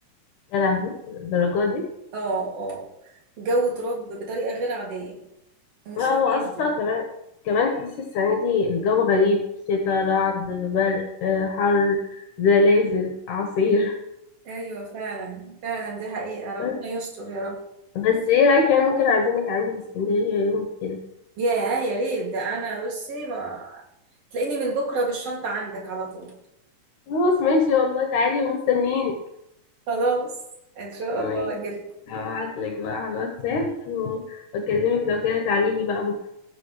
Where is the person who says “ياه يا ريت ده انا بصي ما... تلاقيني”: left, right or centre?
Right